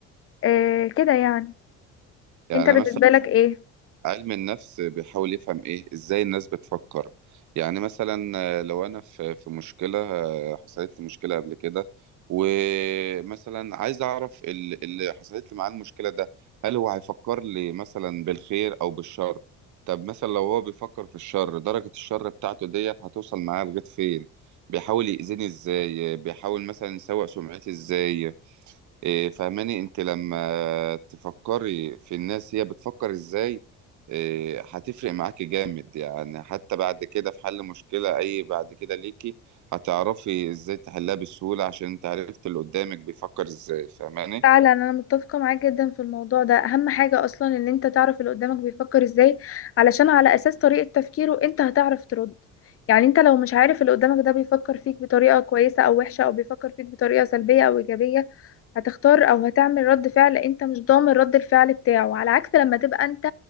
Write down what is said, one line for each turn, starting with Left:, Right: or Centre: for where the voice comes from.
Left: آه كده يعني
Right: يعني
Left: انت بالنسبة
Right: مثلا
Left: لك ايه
Right: علم النفس بيحاول يفهم ايه ازاي الناس بتفكر يعني مثلا آه، لو انا في في مشكلة آه، حصلت لي مشكلة قبل كده ومثلا عايز اعرف ال- اللي حصلت لي معاه المشكلة ده هل هو هيفكر لي مثلا بالخير او بالشر طب مثلا لو هو بيفكر في الشر درجة الشر بتاعته ديت هتوصل معاه لغاية فين بيحاول يأذيني ازاي بيحاول مثلا يسوء سمعتي ازاي إيه، فهماني انت لما تفكري في الناس هي بتفكر ازاي إيه، هتفرق معاكي جامد يعني حتى بعد كده في حل مشكلة اي بعد كده ليكي هتعرفي ازاي تحلها بسهولة عشان انت عرفت اللي قدامك بيفكر ازاي فهماني
Left: فعلا انا متفقه معاك جدا في الموضوع ده اهم حاجه اصلا ان انت تعرف اللي قدامك بيفكر ازاي علشان على اساس طريقه تفكيره انت هتعرف ترد يعني انت لو مش عارف اللي قدامك ده بيفكر فيك بطريقه كويسه او وحشه او بيفكر فيك بطريقه سلبيه او ايجابيه هتختار او هتعمل رد فعل انت مش ضامن رد الفعل بتاعه على عكس لما تبقى انت